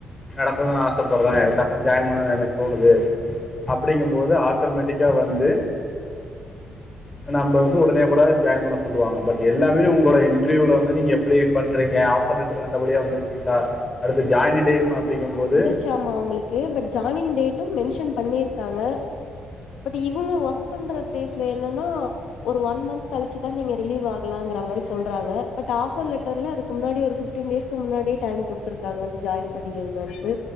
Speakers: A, on the left; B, on the left.
A: நடக்கணும்னு ஆசைப்படுறே எனக்கு டக்குன்னு ஜாயின் பண்ணணுன்னு எனக்கு தோணுது அப்டிங்கும்போது ஆட்டோமேட்டிக்கா வந்து நம்ம வந்து உடனே கூட ஜாயின் பண்ண சொல்லுவாங்க பட் எல்லாமே உங்களோட இன்டர்வியூல வந்து நீங்க எப்டி பண்றீங்க ஆப் பர் லெட்டர் நல்லபடியா வந்துருச்சீங்களா அடுத்து ஜாயினிங் டைம் அப்படிங்கும்போது
B: ச்சாமா அவுங்களுக்கு பட் ஜாயினிங் டேட்டும் மென்ஷன் பண்ணிருக்காங்க பட் இவங்க ஒர்க் பண்ற பிளேஸ்ல என்னன்னா ஒரு ஒன் மந்த் கழிச்சுதா நீங்க ரிலீவ் ஆகலாம்ங்க மாரி சொல்றாங்க பட் ஆஃபர் லெட்டர்ல அதுக்கு முன்னாடி ஒரு பிப் டீன் டேஸ்கு முன்னாடியே டைம் குடுத்துருக்காங்க வந்து ஜாயின் பண்ணிக்கங்கன்ட்டு